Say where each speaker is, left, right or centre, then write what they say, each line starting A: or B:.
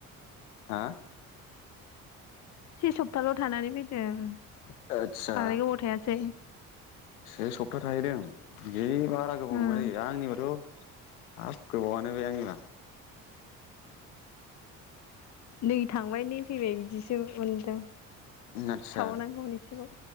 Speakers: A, on the left; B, on the left.
A: हा
B: से सप्ताल थानानै फैदों। बांद्राय
A: आदसा
B: गोबाव थायासै
A: से सप्ता थाहैदों बे बारा गोबाव
B: उम
A: नङा जायो आंनिबाथ' हाब गोबावानो बे आंनिबा
B: नै थांबाय नै फैबाय बिदिसो मोनदों
A: आत्सा
B: थाबावनांगौमोन एसेबाव